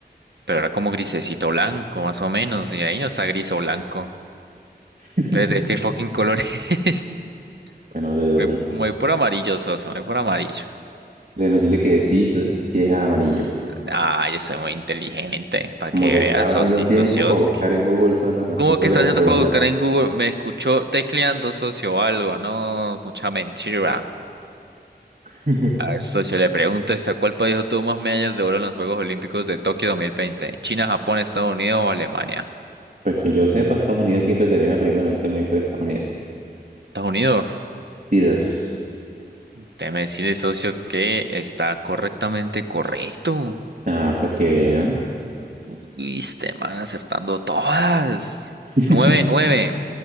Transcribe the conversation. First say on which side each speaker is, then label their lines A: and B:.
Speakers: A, on the right (about 80°); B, on the right (about 50°).
A: pero era como grisecito blanco, más o menos, y ahí no está gris o blanco.
B: <laughs>
A: ¿Entonces ¿De qué fucking color es?
B: Bueno,
A: <laughs>
B: de
A: Voy,
B: socio.
A: voy por amarillo, socio, voy por amarillo.
B: Le metí le que sí, so- sí es al amarillo.
A: Ah, yo soy muy inteligente, para
B: Como
A: que
B: que
A: veas,
B: estaba
A: Está
B: haciendo
A: soci, muy
B: tiempo
A: socios.
B: para buscar en Google todas las respuestas
A: ¿Cómo que
B: de
A: está
B: las
A: haciendo
B: preguntas.
A: para buscar en Google? Me escuchó tecleando socio o algo, no, mucha mentira.
B: <laughs>
A: A ver, socio, le pregunto, ¿esta cuál país obtuvo más medallas de oro en los Juegos Olímpicos de Tokio 2020? ¿China, Japón, Estados Unidos o Alemania?
B: Pues que yo sepa, Estados Unidos siempre termina primero antes de ir por Estados Unidos.
A: Estados Unidos.
B: Dices,
A: Déjeme decirle, socio, que está correctamente correcto.
B: ah, para que vean.
A: Uy, este man acertando todas.
B: <laughs>
A: nueve nueve